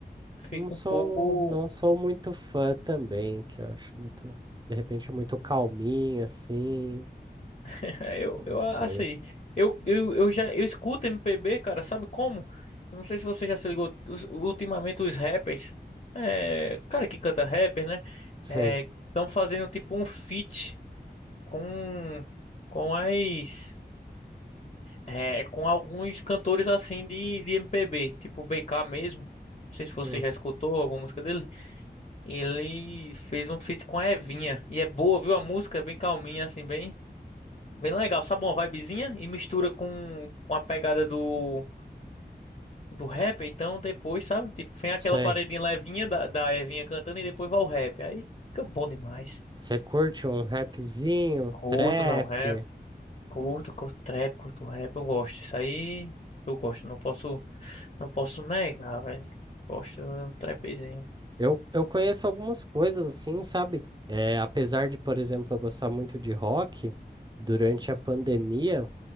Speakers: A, on the left; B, on the right.
A: fico
B: Não sou,
A: um pouco.
B: não sou muito fã também, que eu acho muito, de repente é muito calminho assim.
A: <laughs> Eu,
B: Eu Não
A: eu
B: sei.
A: assim, eu, eu, eu já eu escuto MPB, cara, sabe como? Eu não sei se você já se ligou, os- ultimamente os rappers, é, o cara que canta rapper, né?
B: Sei.
A: estão fazendo tipo um feat com, com as. é, com alguns cantores assim de, de MPB, tipo BK mesmo. Não sei se você
B: Hum,
A: já escutou alguma música dele. Ele fez um feat com a Evinha. E é boa, viu? A música é bem calminha, assim, bem, bem legal. Sabe uma vibezinha? E mistura com, com a pegada do, do rap. Então depois, sabe? Tipo, vem aquela
B: sei.
A: paredinha levinha da, da Evinha cantando e depois vai o rap. Aí fica bom demais.
B: Você curte um rapzinho, um
A: Curto,
B: trap?
A: não rap. Curto, curto trap, curto rap. Eu gosto. Isso aí eu gosto. Não posso, não posso negar, velho. Gosto de um trapzinho.
B: Eu, eu conheço algumas coisas assim, sabe? É, apesar de, por exemplo, eu gostar muito de rock, durante a pandemia